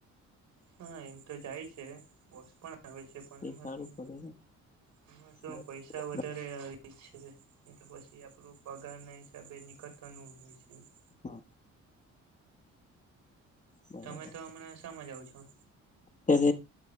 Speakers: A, on the right; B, on the left.
A: હા એમ તો જાય છે બોસ પણ આવે છે પણ
B: એ
A: એમા
B: સારું
A: શું
B: પડે ને
A: આમા
B: હા
A: પૈસા વધારે હો છે એલે પછી આપણું પગાર ના હિસાબે નિકટનું હોય છે <unintelligible>
B: હ બરાબર
A: તમે તો હમણાં શામાં જાવ છો
B: ત